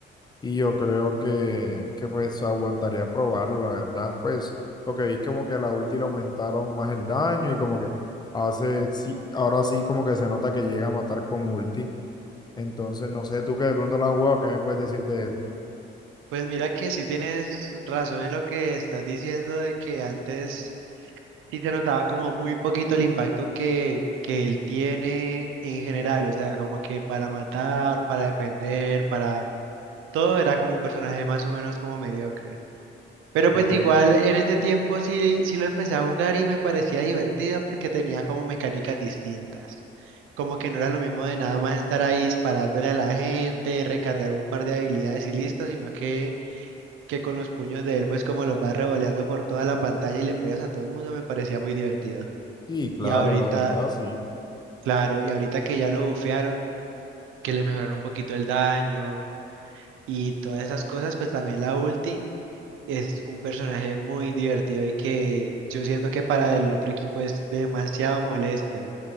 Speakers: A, on the left; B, on the right.
A: y yo creo que, que pues aguantaría probarlo, la verdad. Pues lo que vi como que a la ulti le aumentaron más el daño y como que hace, sí, ahora sí como que se nota que llega a matar con ulti. Entonces, no sé, tú que de pronto lo has jugado, ¿qué me puedes decir de él?
B: Pues mira que sí tienes razón en lo que estás diciendo de que antes Y se notaba como muy poquito el impacto que, que él tiene en general, o sea, como que para matar, para defender, para... Todo era como un personaje más o menos como mediocre. Pero
A: Ok.
B: pues igual en ese tiempo sí, sí lo empecé a jugar y me parecía divertido porque tenía como mecánicas distintas. Como que no era lo mismo de nada más estar ahí disparándole a la gente, recargar un par de habilidades y listo, sino que, que con los puños de él pues como los vas revoleando por toda la pantalla y le pegas a todo el mundo me parecía muy divertido.
A: Y claro,
B: Y ahorita,
A: la verdad, sí.
B: claro, y ahorita que ya lo bufearon, que le mejoraron un poquito el daño y todas esas cosas, pues también la ulti es un personaje muy divertido y que yo siento que para el otro equipo es demasiado molesto,